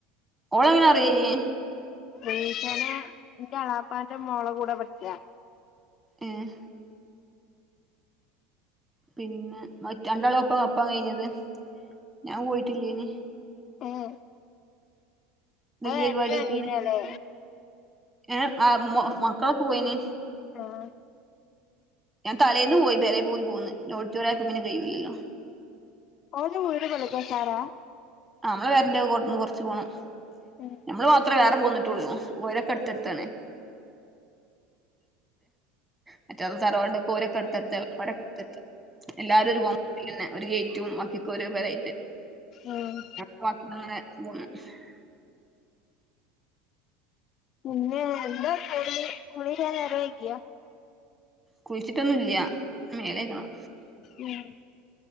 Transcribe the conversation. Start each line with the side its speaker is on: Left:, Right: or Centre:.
Right: ഓള് എങ്ങനെ അറിയാ ഇന്നെ
Left: റിൻഷാനെ എന്റെ എളാപ്പാന്റെ മോളെ കൂടെ പഠിച്ചേ
Right: ഏഹ് പിന്നെ മറ്റെ രണ്ടെളാപ്പ അപ്പം കഴിഞ്ഞത് ഞാൻ പോയിട്ടില്ലേനി
Left: ഏഹ്
Right: വല്യ
Left: അത് ഏട്ടനും
Right: പരിപാടിയൊക്കേനി
Left: അനിയനും അല്ലേ
Right: ഏ ആഹ് മക്കളൊക്കെ പോയിന്
Left: ആഹ്
Right: ഞാൻ തലേന്ന് പോയി പേരെ പോയി പോന്ന് <unintelligible> പിന്ന കഴിയൂലല്ലോ
Left: ഓന്റെ വീട് <unintelligible>
Right: ആ നമ്മള പെരേന്റെ അവിടുന്ന് കൊറച്ച് പോകണം
Left: ഉം
Right: നമ്മള് മാത്രമേ വേറെ പോന്നിട്ടുള്ളൂ ഓരൊക്കെ എടുത്തടുത്താണ് മറ്റേത് തറവാട് ഓരക്കടുത്തടുത്ത് എളാപ്പാര് ഒക്കെ അടുത്തടുത്ത് എല്ലാരും ഒരു <unintelligible> ഒരു ഗയിറ്റും ബാക്കി ഒക്കെ ഓരോ പേരായിട്ട്
Left: ആഹ്
Right: <unintelligible>
Left: പിന്നെ എന്താ <unintelligible> കുളി കഴിയാൻ നേരം വൈകിയാ
Right: കുളിച്ചിട്ടൊന്നുംല്ല മേലേക്കണം
Left: ഉം